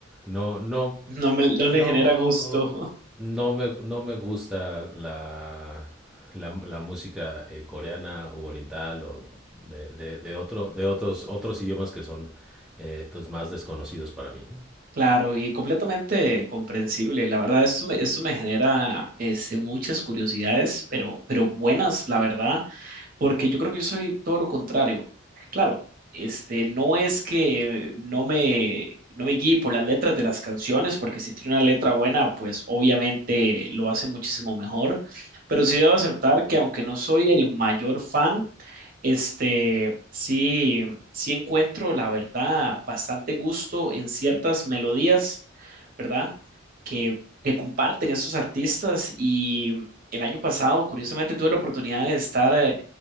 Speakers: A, in the centre; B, on the right (about 45°).
A: no, no,
B: no me, no le
A: no,
B: genera gusto.
A: no me, no me gusta la, la, la música eh, coreana u oriental o de, de, de otro, de otros, otros idiomas que son eh, pues más desconocidos para mí. ¿no?
B: Claro, y completamente comprensible. La verdad, eso me, eso me genera este, muchas curiosidades, pero, pero buenas, la verdad porque yo creo que yo soy todo lo contrario. Claro, este, no es que no me, no me guíe por las letras de las canciones, porque si tiene una letra buena, pues obviamente lo hace muchísimo mejor, pero sí debo aceptar que aunque no soy el mayor fan, este, sí, sí encuentro, la verdad, bastante gusto en ciertas melodías, ¿verdad? Que, que comparten esos artistas y el año pasado, curiosamente, tuve la oportunidad de estar eh,